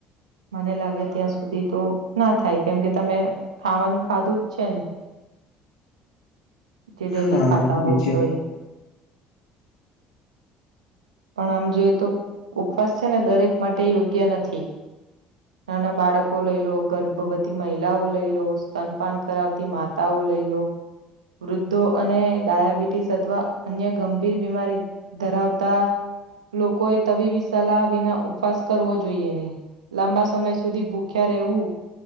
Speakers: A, on the right; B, on the left.
A: મને લાગે ત્યાં સુધી તો ના થાય કેમ કે તમે ખાવાનું ખાધું જ છે ને જે ડેલી
B: હા
A: ખાતા
B: એ બી
A: હોય છે પણ આમ જોઈએ તો ઉપવાસ છે ને દરેક માટે યોગ્ય નથી નાના બાળકો લઈ લો ગર્ભવતી મહિલાઓ લઈ લો સ્તનપાન કરાવતી માતાઓ લઈ લો વૃદ્ધો અને ડાયાબિટીસ અથવા અન્ય ગંભીર બીમારી ધરાવતા લોકો એ તબીબી સલાહ વિના ઉપવાસ કરવો જોઈએ નહી. લાંબા સમય સુધી ભૂખ્યા રહેવું